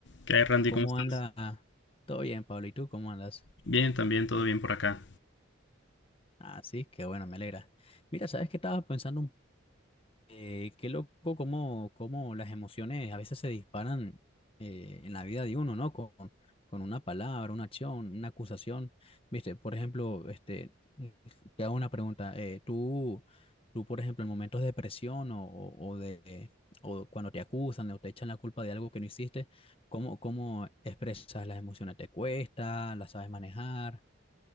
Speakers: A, on the left (about 60°); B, on the left (about 25°).
A: ¿Qué hay, Randy?
B: ¿Cómo
A: ¿Cómo estás?
B: anda? Ah, Todo bien, Pablo. ¿Y tú cómo andas?
A: Bien, también, todo bien por acá.
B: Ah, sí, qué bueno, me alegra. Mira, ¿sabes qué estaba pensando un Eh, qué loco cómo, cómo las emociones a veces se disparan eh, en la vida de uno, ¿no? Con, con una palabra, una acción, una acusación. Viste, por ejemplo, este, eh, te hago una pregunta. eh, tú, tú, por ejemplo, en momentos de depresión o, o, o de, o cuando te acusan o te echan la culpa de algo que no hiciste, ¿cómo, cómo expresas las emociones? ¿Te cuesta? ¿Las sabes manejar?